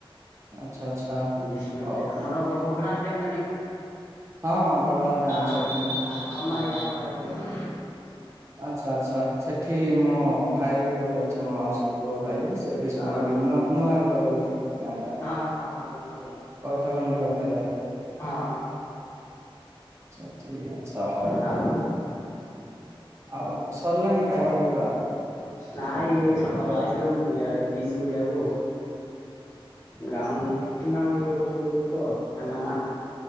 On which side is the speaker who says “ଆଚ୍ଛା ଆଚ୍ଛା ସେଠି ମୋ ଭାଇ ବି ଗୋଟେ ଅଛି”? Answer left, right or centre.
Right